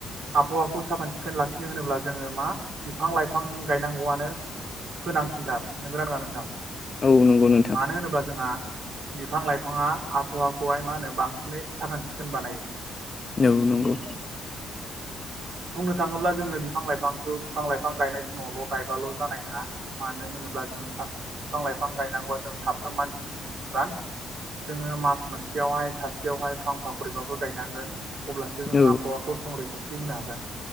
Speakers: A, on the right (about 65°); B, on the left (about 30°).
A: आबहावाखौ साखोन सिखोन लाखिनो होनोब्ला। जोङो मा बिफां लाइफां गायनांगौआनो गोनांसिनथार नंगोना नङा नोंथां।
B: औ नंगौ नोंथां।
A: मानो होनोब्ला जोंहा बिफां लाइफाङा आबहावाखौ। खौहाय मा होनो बांसिनै साखोन सिखोन बानायो।
B: नौ नंगौ।
A: बुंनो थाङोब्ला जोङो बिफां लाइफांखौ बिफां लाइफां गायनाय समावल गायबाल जानाय नङा मानो होनोब्ला जों बिफां लाइफां गायनांगौआ जों साफ्रोम मानसिनि बिबान जोङो मा मोनसेयावहाय सासेयावहाय फांफा करिबाबो गायनांगोन अब्लासो जोँ
B: औ
A: आबहावाखौ संरै थायो। थि होनो हागोन।